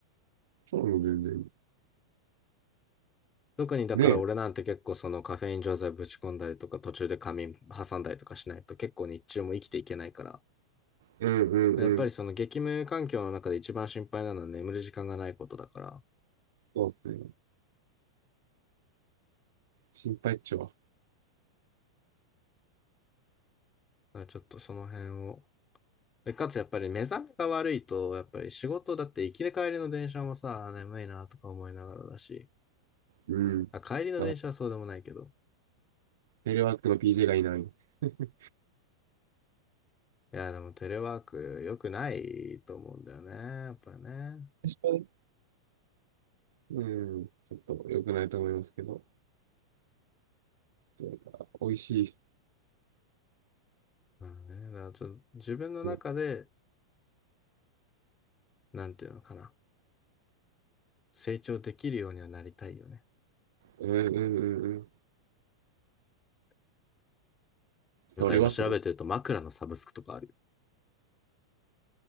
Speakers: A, on the right; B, on the left.
A: そうなの、全然。
B: 特にだから俺なんて結構そのカフェイン錠剤ぶち込んだりとか途中で仮眠挟んだりとかしないと結構日中も生きていけないから。
A: ねえ。うんうんう
B: やっぱりその激務環境の中で一番心配なのは眠る時間がないことだから。
A: ん。
B: だか
A: そうっすよ。心配っちょは。
B: らちょっとその辺を。で、かつやっぱり目覚めが悪いと、やっぱり仕事だって行きで帰りの電車もさ、眠いなとか思いながらだし、
A: うん。
B: あ、帰りの電車はそうでもないけど。
A: あ、テレワークの PJ がいない。確
B: いや、でもテレワーク良くないと思うんだよね。やっぱりね。
A: かに。うん。ちょっと良くないと思いますけど。そうか美味し
B: まあね、だからちょっと自分の中で、
A: い。ね
B: なんていうのかな。成長できるようにはなりたいよね。
A: うんうんうんうん。
B: なんか今調べてると枕のサブスクとかあるよ。
A: それはそう。